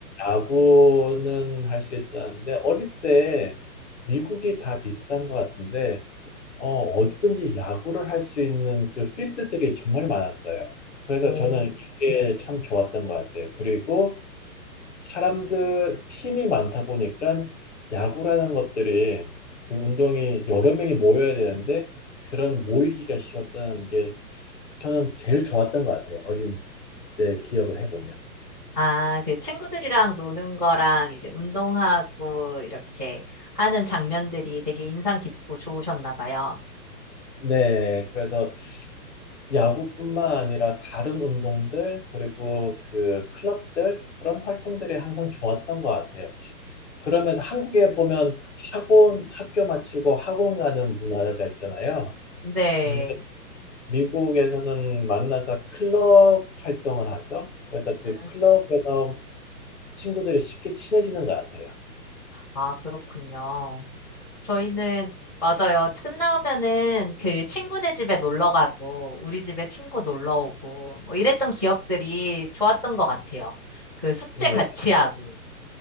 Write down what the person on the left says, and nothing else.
야구는 할 수 있었는데 어릴 때 미국이 다 비슷한 것 같은데 어, 어디든지 야구를 할 수 있는 그 필드들이 정말 많았어요. 그래서
저는 이게 참 좋았던 것 같아요. 그리고 사람들 팀이 많다 보니까 야구라는 것들이 그 운동이 여러 명이 모여야 되는데 그런 모이기가 쉬웠다는 게 저는 제일 좋았던 것 같아요. 어린 때 기억을 해보면.
네, 그래서 야구뿐만 아니라 다른 운동들, 그리고 그 클럽들, 그런 활동들이 항상 좋았던 것 같아요. 지- 그러면서 한국에 보면 학원, 학교 마치고 학원 가는 문화가 있잖아요.
근데 미국에서는 만나서 클럽 활동을 하죠. 그래서 그
클럽에서 친구들이 쉽게 친해지는 것 같아요.
네.